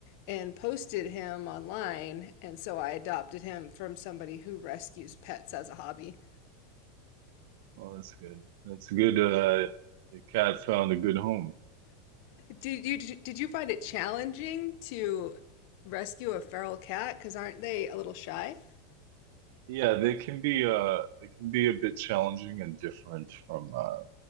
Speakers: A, on the left; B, on the right.
A: and posted him online, and so I adopted him from somebody who rescues pets as a hobby.
B: Oh, that's good. That's good. Uh, the cat found a good home.
A: Did you did you find it challenging to rescue a feral cat? Because aren't they a little shy?
B: Yeah, they can be uh, they can be a bit challenging and different from uh,